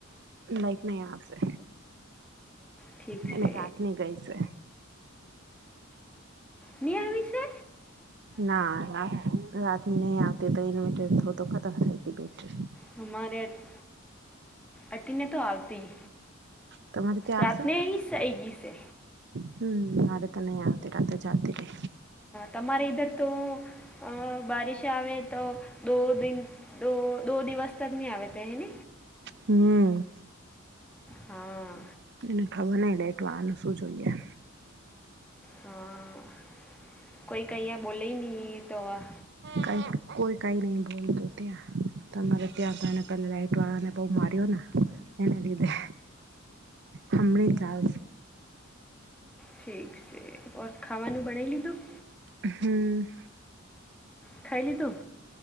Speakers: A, on the right (about 55°); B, in the centre.
A: લાઈક નહી આવશે.
B: ઠીક
A: એને
B: છે.
A: રાત ની ગઈ છે.
B: નિ યાવશે
A: ના રાત રાતની નહી આવતી તો ઇન્વેર્ટર થ તો ખતમ થાય ગ બેટરી
B: હમારે ટ અટીને તો આવતી
A: તમારે ત્યાં
B: રાતને
A: આવશે
B: અહીઈ ગઈ છે.
A: હમ મારે તને આવતીરાત જાતીરે
B: તમારે ઇધર તો અ બારિશ આવે તો દો દિન દો દો દિવસ તક નહી આવે તે હેન
A: હમ
B: હા
A: એને ખબર નહીં લેટવાનું શું જોઈએ.
B: હા કોઈ કંયા બોલે નહી તો આ
A: ક કોઈ કઈ નઈ બોલત ત્યાં તમારે ત્યાં કારને પે લાઈટ વાળા ને બહુ માર્યો ને એને લીધે હમળ જાલ
B: ઠીક છે ઓર, ખાવાનું બનાઈ લીધું.
A: હમ
B: ખાય લીતું